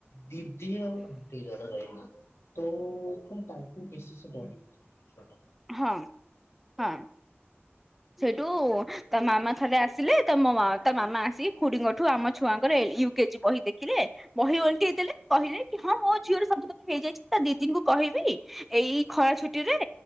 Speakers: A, on the left; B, in the centre.
A: ଦିଦି ଆଉ ଆଣ୍ଟି ଜଣେ ରହିବ। ତ କଣ ତାଙ୍କୁ ବେଶୀ ସେ ଡରି ଯିବ ଛୁଆଟା।
B: ହଁ ହଁ। ସେଇଠୁ ତା ମାମା ଥରେ ଆସିଲେ ତା ମ ତା ମାମା ଆସିକି ଖୁଡିଙ୍କ ଠୁ ଆମ ଛୁଆଙ୍କର ୟୁ କେଜି ବହି ଦେଖିଲେ ବହି ଉଲଟେଇ ଦେଲେ କହିଲେ କି ହଁ ମୋ ଝିଅର ସବୁ ତ ହେଇଯାଇଛି। ତା ଦିଦିଙ୍କୁ କହିବି ଏଇ ଖରା ଛୁଟି ରେ